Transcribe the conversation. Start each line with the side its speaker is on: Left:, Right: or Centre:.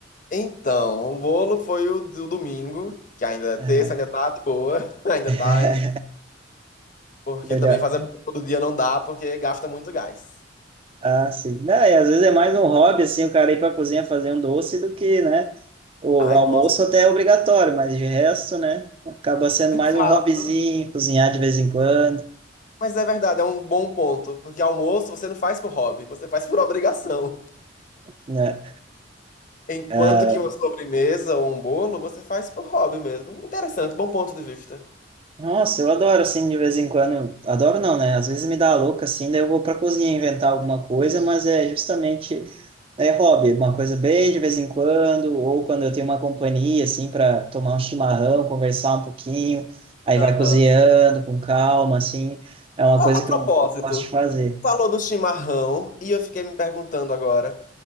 Left: Então, o bolo foi o do domingo, que ainda é
Right: <laughs>
Left: terça, ainda tá de boa, <laughs> ainda tá
Right: Ah,
Left: em... Porque
Right: melhor.
Left: também fazer bolo todo dia não dá, porque gasta muito gás.
Right: Ah, sim. Não, e às vezes é mais um hobby, assim, o cara ir pra cozinha fazer um doce do que, né? O
Left: Ai,
Right: almoço
Left: com certeza.
Right: até é obrigatório, mas de resto, né? Acaba sendo
Left: De
Right: mais
Left: fato.
Right: um hobbyzinho, cozinhar de vez em quando,
Left: Mas é verdade, é um bom ponto, porque almoço você não faz por hobby, você faz por obrigação.
Right: né?
Left: Enquanto
Right: Ah,
Left: que uma sobremesa ou um bolo você faz por hobby mesmo. Interessante, bom ponto de vista.
Right: Nossa, eu adoro, assim, de vez em quando. Adoro não, né? Às vezes me dá a louca, assim, daí eu vou pra cozinha inventar alguma coisa, mas é justamente é hobby, uma coisa bem de vez em quando, ou quando eu tenho uma companhia, assim, para tomar um chimarrão, conversar um pouquinho, aí
Left: Aham.
Right: vai cozinhando com calma, assim, é uma
Left: Ó,
Right: coisa
Left: a
Right: que
Left: propósito,
Right: eu gosto de fazer.
Left: falou do chimarrão e eu fiquei me perguntando agora,